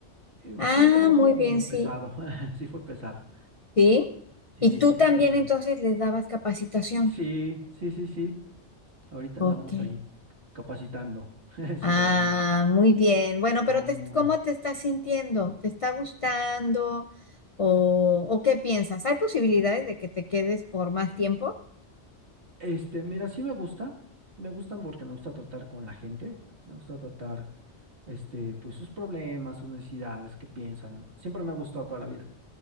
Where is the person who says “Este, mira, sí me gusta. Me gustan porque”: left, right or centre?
Right